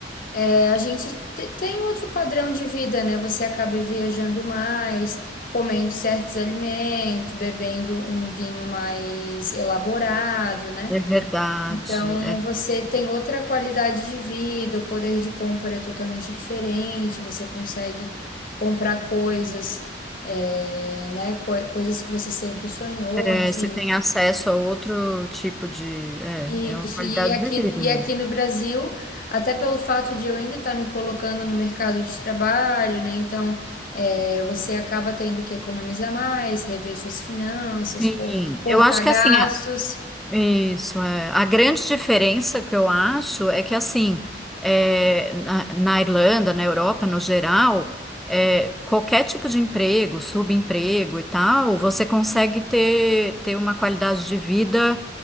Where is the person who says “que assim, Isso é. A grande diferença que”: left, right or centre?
Centre